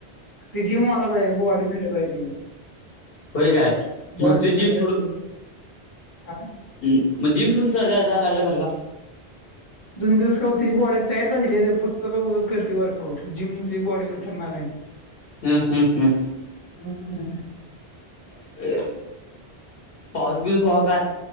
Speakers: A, on the left; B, on the left.
A: ते जिम वालाच आहे बॉडी बिल्डर आहे. त्यो
B: होय काय
A: बॉडी
B: मग त्यो
A: लय
B: जिम
A: खत्र्या हाय त्याची. <unintelligible>
B: हम मग जिम सोडून का जाय लागलं घरला.
A: दोन दिवस का तिची बॉडी तयार झालेली आहे रे फक्त आता. उगच करते वर्कआउट जिमची बॉडी खतरनाक आहे.
B: हम्. हम्म. हम्
A: <unintelligible>
B: काय आहे रे. पाऊस बिऊस भावा